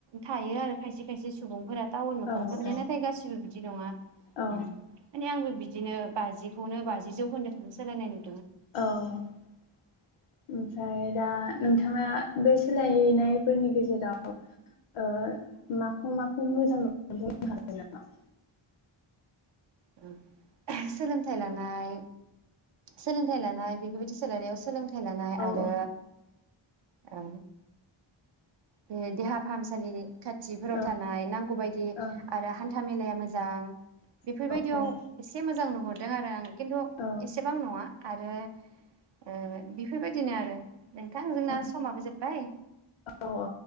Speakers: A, on the right; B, on the left.
A: थायो आरो खायसे खायसे सुबुंफोरा टाउन लानो
B: औ
A: जाबाय ने नाथाय गासिबो बिदि नङा
B: औ
A: उम माने आंबो बि दिनो बाजिखौनो बाजि जौखोन्दोखौनो सोलायनाय नु
B: औ ओमफ्राय दा नोंथाङा बे सोलायनायफोरनि गेजेराव ओ माखौ माखौ मोजां मोनो बुंनो हागोन नामा?
A: ओ सोलोंथाइ लानाय सोलोंथाइ लानाय बेफोरबायदि सोलायनायाव सोलों थाइ लानाय
B: औ
A: आरो औ दे-देहा फाहामसालिनि खाथिफोराव
B: औ
A: थानाय नांगौ बायदि
B: औ
A: आरो हान्था मेलाया मो जां बेफोरबायदियाव
B: ओं
A: एसे मोजां नुहर दों आरो आं । खेनथु
B: औ
A: एस सेबां नङा आरो ओ बि फोरबायदिनो आरो । नोंथां जोंना
B: औ
A: समाबो जोब्बाय
B: औ